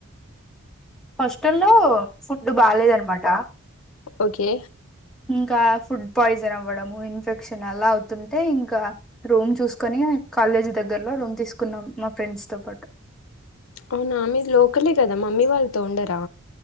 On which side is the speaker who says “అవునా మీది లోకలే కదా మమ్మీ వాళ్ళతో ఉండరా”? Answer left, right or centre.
Left